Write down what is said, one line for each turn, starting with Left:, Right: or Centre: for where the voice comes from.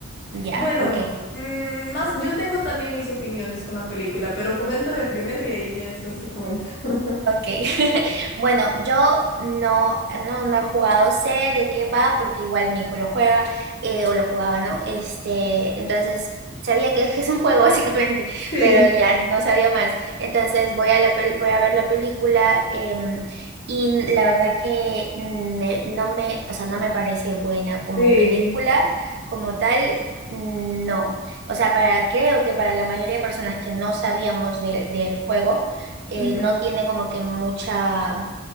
Right: Ya,
Left: Bueno,
Right: ok.
Left: mm, más, yo tengo también mis opiniones con la película, pero coméntame primero y ahí ya después te comento. <laughs>
Right: Ok, <laughs> bueno, yo no, no, no he jugado, sé de qué va, porque igual mi hijo lo juega, eh, o lo jugaba, ¿no? Este, entonces, sabía que <laughs> es un juego <laughs> básicamente,
Left: Sí.
Right: pero ya no sabía más. Entonces, voy a, la pel- voy a ver la película, em, y la verdad que me- no me, o sea, no me parece buena como
Left: Sí,
Right: película, como tal. No, o sea, para creo que para la mayoría de personas que no sabíamos de- del juego, eh,
Left: ujú,
Right: no tiene como que mucha,